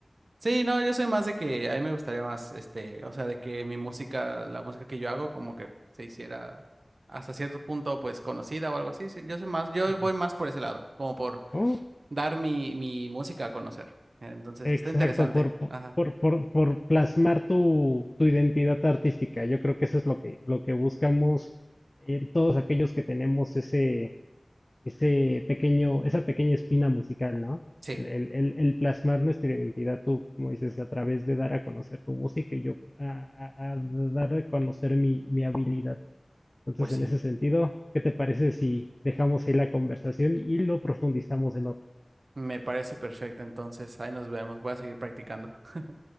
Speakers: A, on the right; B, on the left.
A: Sí, no, yo soy más de que a mí me gustaría más, este, o sea, de que mi música, la música que yo hago, como que se hiciera hasta cierto punto, pues, conocida o algo así. Sí, yo soy más, yo
B: Ajá.
A: voy más por ese lado, como por
B: Oh.
A: dar mi, mi música a conocer. Entonces,
B: Exacto,
A: está interesante.
B: por,
A: Ajá.
B: por, por, por plasmar tu, tu identidad artística. Yo creo que eso es lo que, lo que buscamos eh, todos aquellos que tenemos ese, ese pequeño, esa pequeña espina musical, ¿no?
A: Sí,
B: El, el, el, el plasmar nuestra identidad, tú, como dices, a través de dar a conocer tu música y yo a, a- a dar a conocer mi, mi habilidad. Entonces,
A: pues sí.
B: en ese sentido, ¿qué te parece si dejamos ahí la conversación y lo profundizamos en otra?
A: Me parece perfecto. Entonces, ahí nos vemos. Voy a seguir practicando. <laughs>